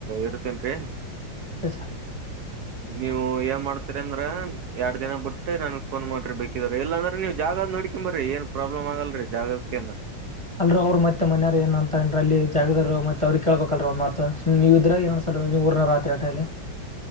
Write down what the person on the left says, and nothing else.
<unintelligible> ಸರ್
ಅಲ್ ಅವರು ಮತ್ತ ಮನೆಯಾರ ಏನ್ ಅಂತ ಅನ್ ಅಲ್ಲಿ ಜಾಗದಾರ ಮತ್ತ ಅವ್ರ ಕೇಳ್ಬೇಕಲ್ ಒಂದ್ತ ಮಾತು ನೀವು ಇದ್ರ ಏನ. ನೀವ್ ಊರಿನವರು ಅತಿರಿ ಏಟೆ ಅಲಿ.